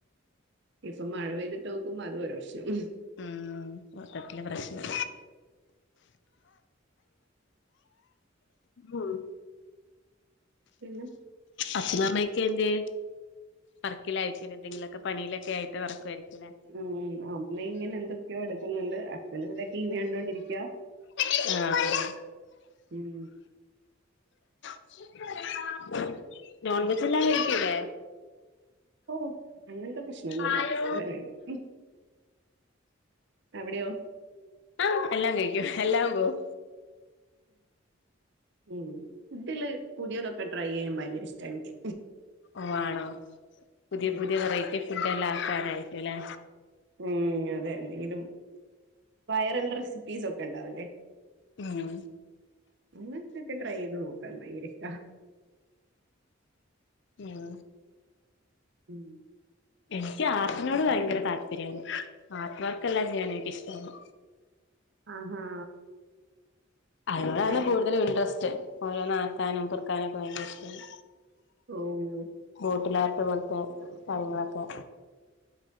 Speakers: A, on the right; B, on the left.
A: ഇപ്പൊ മഴ പെയ്തിട്ട് നോക്കുമ്പോ അത് ഒരു പ്രശ്നം ഉം
B: ഉം മൊത്തത്തില് പ്രശ്നം ഉം
A: പിന്നെ
B: അപ്പനമ്മക്കയെന്ത് വർക്കിലായിക്കും ലെ എന്തെങ്കിലുമൊക്കെ പണിയിലൊക്കെ ആയി വർക്ക് ആയിരിക്കല്ലേ
A: ഉം അമ്മേം ഇങ്ങനെ എന്തൊക്കെയോ എടുക്കുന്നുണ്ട് അച്ഛനും ഇവിടെ ടി വി കണ്ടോണ്ടിരിക്ക
B: അഹ്
A: ഉം
B: <unintelligible> നോൺവെജ് എല്ലാം കഴിക്കൂലേ
A: ഓ അങ്ങനത്തെ പ്രശ്നമൊന്നുമില്ല
B: ആഹ്
A: എല്ലാം കഴിക്കും അവിടെയോ
B: ആഹ് എല്ലാം കഴിക്കും എല്ലാം പോവും
A: ഉം ഫുഡില് പുതിയതൊക്കെ ട്രൈയെയ്യാൻ ഭയങ്കര ഇഷ്ടാ എനിക്ക്
B: ഓഹ് ആണോ പുതിയ
A: ഉം
B: പുതിയ വെറൈറ്റി ഫുഡ് എല്ലാം ആക്കാനായിട്ട്ല്ലെ
A: ഉം അതെ എന്തെങ്കിലും വൈറൽ റെസിപ്പീസ് ഒക്കെ ഇണ്ടാവില്ലേ
B: ആഹ്
A: അങ്ങനത്തൊക്കെ ട്രൈയേയ്ത് നോക്കാൻ ഭയങ്കര ഇഷ്ട
B: ഉം
A: ഉം
B: എനിക്ക് ആർട്ടിനോട് ഭയങ്കര താല്പര്യാണ് ആർട്ട് വർക്കെല്ലാം ചെയ്യാൻ എനിക്കിഷ്ടാണ്
A: ആഹാ
B: അതിനോടാണ്
A: അങ്ങനെ
B: കൂടുതലും ഇൻട്രസ്റ്റ് ഓരോന്ന് ആാക്കാനും പെറുക്കാനും ഒക്കെ ഭയങ്കര ഇഷ്ടാണ്
A: ഓഹ്
B: ബോട്ടിലാർട്ട് പോലത്തെ കാര്യങ്ങളൊക്കെ